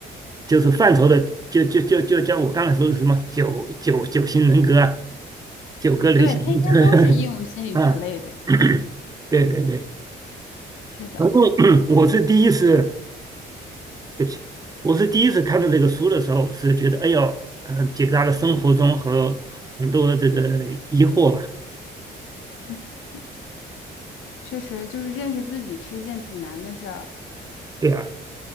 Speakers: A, on the right (about 20°); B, on the left (about 85°).
A: 就是范畴的，就就就就叫我刚才说的什么九九九型人格啊，九个人型人格，
B: 对，他应该都是应用心理学类的。
A: <laughs> 啊，<clears throat> 对对对，
B: 是的，
A: 反正 <clears throat> 我是第一次，对不起，我是第一次看到这个书的时候，是觉得哎呦，嗯、解答了生活中和很多这个疑惑吧，
B: 嗯确实就是认识自己是一件挺难的事儿。
A: 对啊，